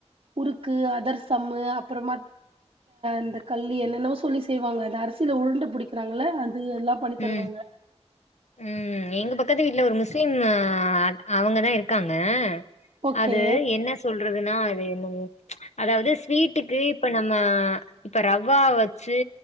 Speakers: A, on the right; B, on the left.
A: முறுக்கு அதரசம்மு அப்றோமா இந்த கல்லி என்னென்னவோ சொல்லி செய்வாங்க அந்த அரிசியில உருண்டை பிடிக்கிறாங்க இல்ல இது எல்லா பண்ணி தருவாங்க
B: ம் ம் எங்க பக்கத்து வீட்ல ஒரு முஸ்லிம் ஆ அத் அவங்க தா இருக்காங்க
A: ஓகே
B: அது என்ன சொல்றதுன்னா அது என்னமோ அதாவது ஸ்வீட்டுக்கு இப்ப நம்ம இப்ப ரவ்வா வெச்சு